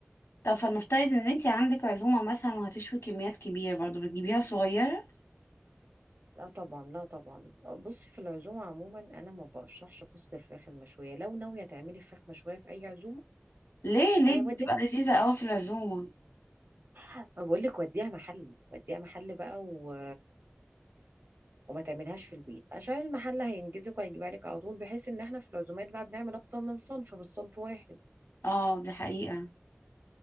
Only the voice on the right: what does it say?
لا طبعا لا طبعا بصي في العزومه عموما انا ما برشحش قصه الفراخ المشويه لو ناويه تعملي فراخ مشويه في اي عزومه
آه،
وديها
انا بقول لك وديها محل وديها محل بقى و... وما تعملهاش في البيت عشان المحل هينجزك وهيجيبها لك على طول بحيث ان احنا في العزومات بقى بنعمل اكتر من صنف مش صنف واحد